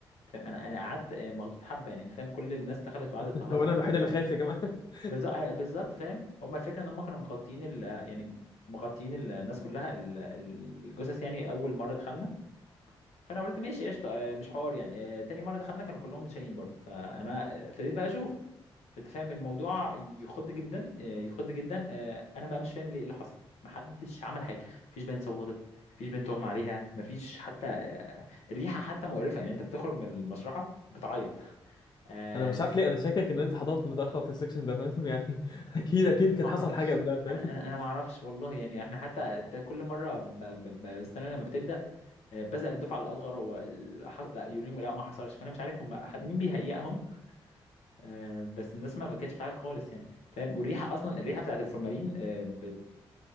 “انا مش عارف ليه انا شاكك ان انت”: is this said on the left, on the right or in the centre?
Left